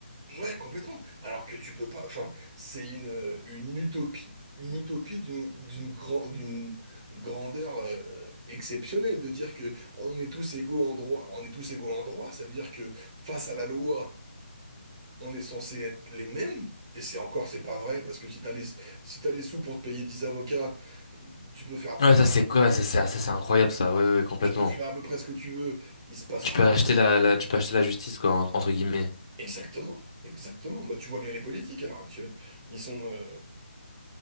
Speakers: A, on the right; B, on the left.
A: Ouais, complètement. Alors que tu peux pas. Enfin, c'est une, euh, une utopie, une utopie d'une d'une grand- d'une grandeur euh, exceptionnelle de dire que on est tous égaux en droit. On est tous égaux en droit. Ça veut dire que face à la loi, on est censé être les mêmes. Et c'est encore, c'est pas vrai parce que si t'as les si t'as les sous pour te payer 10 avocats, tu peux faire à peu
B: Ouais,
A: près
B: ça
A: ce
B: c'est
A: que,
B: quoi? Ça c'est, ça c'est incroyable, ça. Ouais, ouais, ouais, complètement.
A: tu peux faire à peu près ce que tu veux. Il se passera
B: Tu peux acheter
A: rien.
B: la, la, tu peux acheter la justice, quoi, en- entre guillemets.
A: Exactement, exactement. Bah, tu vois bien les politiques à l'heure actuelle. Ils sont, euh,